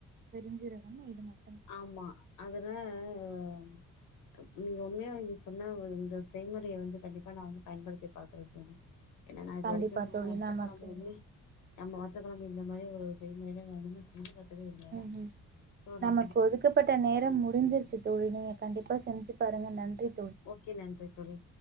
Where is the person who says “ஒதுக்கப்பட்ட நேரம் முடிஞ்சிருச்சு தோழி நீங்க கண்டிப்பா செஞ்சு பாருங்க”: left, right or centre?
Right